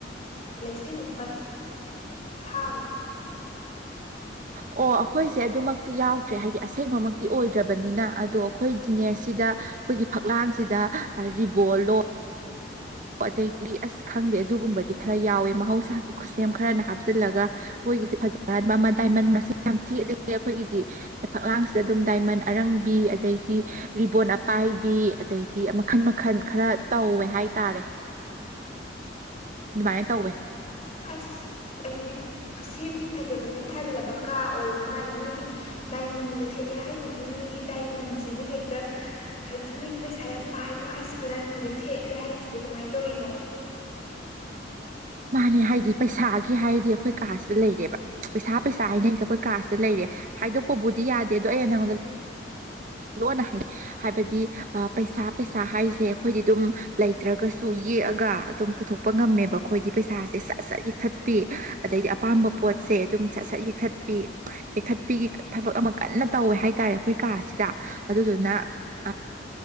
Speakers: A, on the left; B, on the right.
A: ꯂꯩꯆꯤꯟꯒꯨꯝꯕ ꯊꯥ
B: ꯑꯣ ꯑꯈꯣꯏꯁꯦ ꯑꯗꯨꯃꯛꯇꯤ ꯌꯥꯎꯗ꯭ꯔꯦ ꯍꯥꯏꯗꯤ ꯑꯁꯦꯡꯕꯃꯛ ꯇꯤ ꯑꯣꯏꯗ꯭ꯔꯕꯅꯤꯅ ꯑꯗꯣ ꯑꯩꯈꯣꯏ ꯗꯤꯅꯦ ꯁꯤꯗ ꯑꯩꯈꯣꯏꯒꯤ ꯐꯛꯂꯥꯡꯁꯤꯗ ꯔꯤꯕꯣ ꯂꯣ ꯑꯗꯩꯗꯤ ꯑꯁ ꯈꯪꯗꯦ ꯑꯗꯨꯒꯨꯝꯕꯗꯤ ꯈꯔ ꯌꯥꯎꯋꯦ ꯃꯍꯧꯁꯥ ꯈꯨꯠꯁꯦꯝ ꯈꯔꯅ ꯍꯥꯞꯆꯤꯜꯂꯒ ꯃꯣꯏꯒꯤꯁꯦ ꯐꯖꯍꯟꯕ ꯑꯃ ꯗꯥꯏꯃꯟ ꯒꯁꯦ ꯌꯥꯝ ꯊꯦꯠꯂꯦ ꯑꯩꯈꯣꯏꯒꯤꯗꯤ ꯐꯛꯂꯥꯡꯁꯤꯗ ꯑꯗꯨꯝ ꯗꯥꯏꯃꯟ ꯑꯔꯪꯕꯤ ꯑꯗꯩꯗꯤ ꯔꯤꯕꯣꯟ ꯑꯄꯥꯏꯕꯤ ꯑꯗꯩꯗꯤ ꯃꯈꯟ-ꯃꯈꯟ ꯈꯔ ꯇꯧꯋꯦ ꯍꯥꯏꯇꯥꯔꯦ꯫
A: <inaudible>
B: ꯗꯨꯃꯥꯏꯅ ꯇꯧꯋꯦ꯫
A: <unintelligible> ꯑꯁ ꯑꯗꯨꯗꯤ ꯈꯨꯠꯁꯦꯝꯒꯤ ꯐꯖꯕꯅ ꯊꯜꯂꯕ ꯀꯥ ꯑꯣꯏꯕ ꯃꯥꯜꯂꯦ ꯅꯣꯏꯒꯤ ꯗꯥꯏꯃꯟꯒ ꯊꯦꯠꯂꯦ ꯍꯥꯏꯗꯨꯕꯨ ꯅꯣꯏꯒꯤ ꯗꯥꯏꯃꯟꯁꯤꯕꯨ ꯍꯦꯛꯇ ꯍꯧꯇꯨ ꯅꯣꯏꯗꯤ ꯄꯩꯁꯥ ꯌꯥꯝ ꯄꯥꯏꯕ꯭ꯔꯣ ꯍꯥꯏꯁꯤꯕꯨ ꯗꯥꯏꯃꯟꯒ ꯊꯦꯠꯂꯦ ꯍꯥꯏꯁꯤꯕꯨ ꯀꯃꯥꯏꯅ ꯇꯧꯔꯤꯅꯣ꯫
B: ꯃꯥꯅꯦ ꯍꯥꯏꯗꯤ ꯄꯩꯁꯥꯒꯤ ꯍꯥꯏꯔꯗꯤ ꯑꯩꯈꯣꯏ ꯀꯥꯁꯤꯗ ꯂꯩꯔꯦꯕ꯫ ꯄꯩꯁꯥ ꯄꯩꯁꯥ ꯍꯥꯏꯅꯔꯤꯁꯦ ꯑꯩꯈꯣꯏ ꯀꯁꯤꯗ ꯂꯩꯔꯦ ꯍꯥꯏꯗꯣꯛꯄꯕꯨꯗꯤ ꯌꯥꯗꯦ ꯑꯗꯣ ꯑꯩꯅ ꯅꯪꯉꯣꯟꯗ
A: <inaudible>
B: ꯂꯣꯟꯅ ꯍꯥꯏ ꯍꯥꯏꯕ ꯇꯤ ꯑ ꯄꯩꯁꯥ ꯄꯩꯁꯥ ꯍꯥꯏꯁꯦ ꯈꯣꯏꯗꯤ ꯑꯗꯨꯝ ꯂꯩꯇ꯭ꯔꯒꯁꯨ ꯌꯦꯛꯑꯒ ꯑꯗꯨꯝ ꯄꯨꯊꯣꯛ ꯄ ꯉꯝꯃꯦꯕ ꯑꯩꯈꯣꯏꯗꯤ ꯄꯩꯁꯥꯁꯦ ꯁꯠ-ꯁꯠ ꯌꯦꯛꯊꯠꯄꯤ ꯑꯗꯩꯗꯤ ꯑꯄꯥꯝꯕ ꯄꯣꯠꯁꯦ ꯑꯗꯨꯝ ꯁꯠ-ꯁꯠ ꯌꯦꯛꯊꯠ ꯄꯤ ꯌꯦꯛꯊꯠꯄꯤꯒꯤ ꯊꯕꯛ ꯑꯃ ꯀꯟꯅ ꯇꯧꯋꯦ ꯍꯥꯏꯇꯥꯔꯦ ꯑꯩꯈꯣꯏ ꯀꯥꯁꯤꯗ ꯑꯗꯨ ꯗꯨꯅ ꯑ